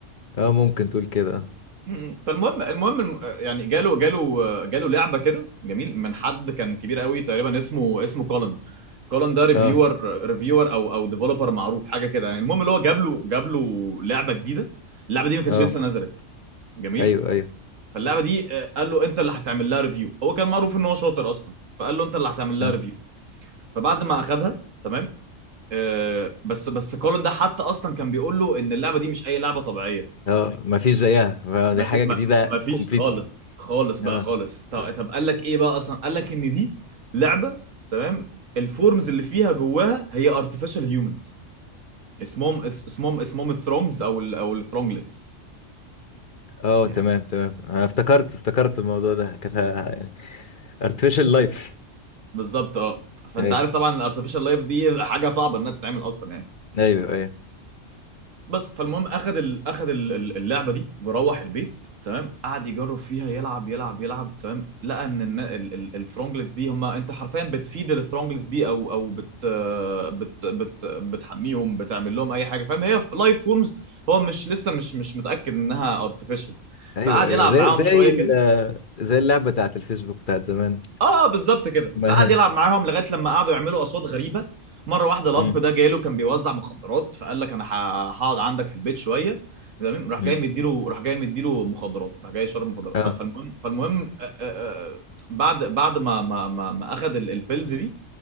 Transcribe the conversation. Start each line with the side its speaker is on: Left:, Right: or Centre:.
Left: اه ممكن تقول كده
Right: مم. فالمهم المهم الم... يعني جاله جاله جاله لعبه كده جميل من حد كان كبير قوي تقريبا اسمه اسمه كولن كولن ده ريفيور
Left: اه
Right: ريفيور او او ديفلوبر معروف حاجه كده يعني المهم اللي هو جاب له جاب له لعبه جديده اللعبه دي ما كانتش
Left: اه
Right: لسه نزلت جميل
Left: ايوه ايوه
Right: فاللعبه دي آه، قال له انت اللي هتعمل لها ريفيو هو كان معروف ان هو شاطر اصلا فقال له انت اللي هتعمل لها
Left: اه
Right: ريفيو فبعد ما اخدها تمام آه، بس بس كولن ده حتى اصلا كان بيقول له ان اللعبه دي مش اي لعبه طبيعيه
Left: اه مفيش زيها فدي
Right: ما
Left: حاجه
Right: في ما,
Left: جديده
Right: ما فيش
Left: كومبليتلي
Right: خالص خالص بقى
Left: اه
Right: خالص طب,
Left: اه
Right: طب قال لك ايه بقى اصلا قال لك ان دي لعبه تمام الفورمز اللي فيها جواها هي artificial humans اسمهم اسمهم اسمهم الثرونجز او ال او الثرونجلتس
Left: اه
Right: يعني
Left: تمام تمام انا افتكرت افتكرت الموضوع ده كانت ه- يعني artificial life
Right: بالظبط اه فانت
Left: ايوه
Right: عارف طبعا الارتفيشال لايف دي حاجه صعبه انها تتعمل اصلا يعني
Left: ايوه ايوه
Right: بس فالمهم اخد ال... اخد ال- ال- اللعبه دي وروح البيت تمام قعد يجرب فيها يلعب يلعب يلعب تمام لقى ان النا- ال... ال... الثرونجلز دي هم انت حرفيا بتفيد الثرونجلز دي او او بت... بت... بت... بتحميهم بتعمل لهم اي حاجه فاهم هي لايف فورمز هو مش لسه مش مش متاكد انها ارتفيشال
Left: ايوه
Right: فقعد
Left: ايوه
Right: يلعب
Left: زي
Right: معاهم
Left: زي
Right: شويه
Left: ال-
Right: كده
Left: زي اللعبه بتاعت الفيسبوك بتاعت زمان
Right: اه بالظبط كده
Left: <laughs> ما
Right: فقعد يلعب معاهم لغايه لما قعدوا يعملوا اصوات غريبه مره واحده لامب
Left: مم.
Right: ده جاله كان بيوزع مخدرات فقال لك انا ه- هقعد عندك في البيت شويه تمام راح
Left: مم.
Right: جاي مديله راح جاي مديله مخدرات راح جاي شرب مخدرات
Left: اه
Right: ف- فالمهم فالمهم آه، آه، آه، بعد بعد ما ما ما, ما اخذ ال- البيلز دي